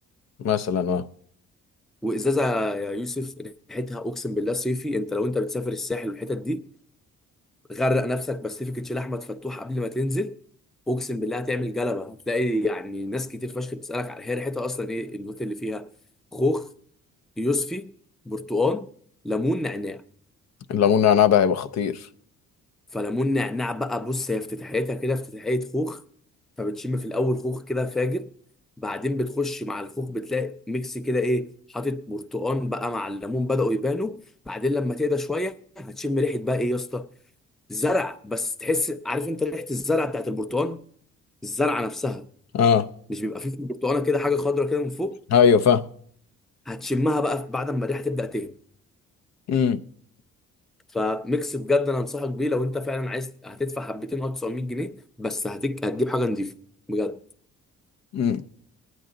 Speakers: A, on the left; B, in the centre.
A: مثلا اه
B: وازازه يا يوسف ريحتها اقسم بالله صيفي انت لو انت بتسافر الساحل والحتت دي غرق نفسك باسيفيك تشيل احمد فتوح قبل ما تنزل اقسم بالله هتعمل جلبه هتلاقي يعني ناس كتير فشخ بتسالك على هي ريحتها اصلا ايه النوت اللي فيها خوخ يوسفي برتقال ليمون نعناع
A: الليمون والنعناع ده هيبقى خطير
B: فليمون نعناع بقى بص هي افتتاحيتها كده افتتاحية خوخ فبتشم في الأول خوخ كده فاجر بعدين بتخش مع الخوخ بتلاقي ميكس كده إيه حاطط برتقان بقى مع الليمون بدأوا يبانوا بعدين لما تهدى شوية هتشم ريحة بقى إيه يا اسطى زرع بس تحس عارف أنت ريحة الزرع بتاعت البرتقان الزرعة نفسها
A: اه
B: مش بيبقى فيه في البرتقانة كده حاجة خضرا كده من فوق
A: ايوه فاهم
B: هتشمها بقى بعد ما الريحة تبدأ تهدى
A: امم
B: فميكس بجد انا انصحك بيه لو انت فعلا عايز هتدفع حبتين او 900 جنيه بس هتك... هتجيب حاجه نظيفه بجد
A: امم